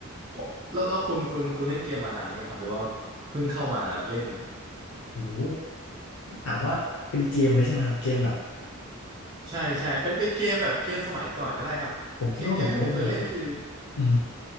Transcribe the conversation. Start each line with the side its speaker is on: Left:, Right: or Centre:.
Right: ผมแล้วแล้วคุณคุณคุณเล่นเกมมานานหรือยังครับหรือว่าเพิ่งเข้ามาเล่น
Left: โอ้โหถามว่าเป็นเกมเลยใช่ไหมครับเกมแบบ
Right: ใช่ใช่เป็นเป็นเกมแบบเกมสมัยก่อนก็ได้ครับเกมเกมที่ผมเคยเล่นคือ
Left: ผมคิดว่าผมเล่นมาอืม